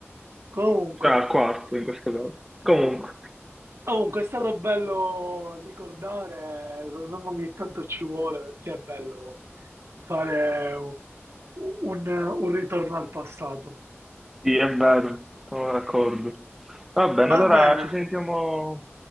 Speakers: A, on the right; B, in the centre.
A: Comunque,
B: cioè al quarto in questo caso. Comunque,
A: comunque è stato bello ricordare, secondo me ogni tanto ci vuole perché è bello fare un, un un ritorno al passato.
B: sì, è vero, sono d'accordo. Va bene,
A: Va
B: allora
A: bene,
B: ci sentiamo